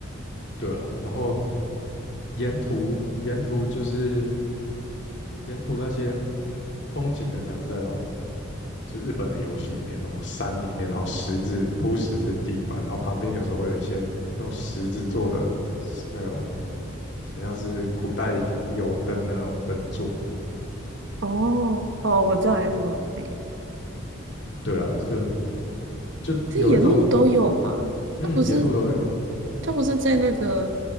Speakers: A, on the left (about 55°); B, on the right (about 65°).
A: 对啊，然后沿途沿途就是沿途那些风景就很像是在那种就日本的游戏里面那种山里面，然后石子铺石子地板，然后旁边有时候会有一些那种石子做的那种很像是古代油油灯的那种灯座。
B: 哦哦，我知道有什么那个，
A: 对啊，就是就有一种，
B: 这沿路都有嘛？
A: 嗯，
B: 他不是
A: 沿路都有，
B: 他不是在那个，